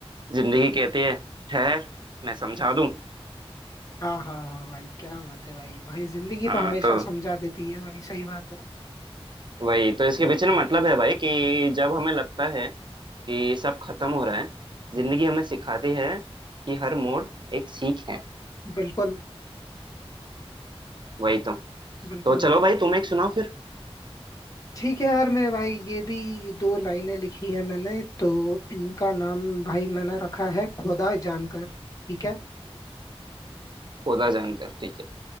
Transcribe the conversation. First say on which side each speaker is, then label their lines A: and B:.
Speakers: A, on the right; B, on the left.
A: जिंदगी कहती है ठहर मैं समझा दूँ
B: हाँ हाँ हाँ भाई क्या बात है भाई भाई जिंदगी
A: हाँ
B: तो हमेशा
A: तो
B: समझा देती है भाई सही बात है
A: वही तो इसके पीछे ना मतलब है भाई कि जब हमें लगता है कि सब खत्म हो रहा है जिंदगी हमें सिखाती है कि हर मोड़ एक सीख है
B: बिल्कुल
A: वही तो
B: बिल्कुल
A: तो
B: भाई
A: चलो भाई तुम एक सुनाओ फिर
B: ठीक है यार मेरे भाई ये भी दो लाइनें लिखी है मैंने तो इनका नाम भाई मैंने रखा है खुदा जानकर ठीक है
A: खोदा जानकर ठीक है